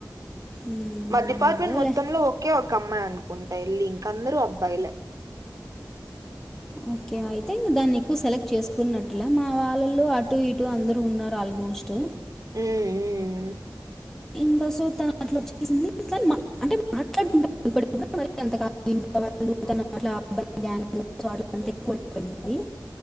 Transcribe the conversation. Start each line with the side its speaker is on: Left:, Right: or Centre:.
Centre: మ్మ్
Right: మా డిపార్ట్మెంట్
Centre: ఏదోలే
Right: మొత్తంలో ఒకే ఒక అమ్మాయి అనుకుంటా ఎల్లి ఈ ఇంక అందరు అబ్బాయిలే
Centre: ఓకే అయితే దాన్ని ఎక్కువ సెలెక్ట్ చేసుకున్నట్టులే మా వాళ్ళల్లో అటు ఇటు అందరు ఉన్నారు ఆల్మోస్ స్ట్
Right: మ్ మ్
Centre: ఇంకా సో అట్లా వచ్చేసింది కని అంటే మాట్లాడుకుంటం ఇప్పటికి కుడా మరి అంత కాదు ఇంకా వాళ్ళు తాను అట్లా అబ్బాయిలతో గ్యాంగ్ సో అట్ల అంత ఎక్కువయిపోయింది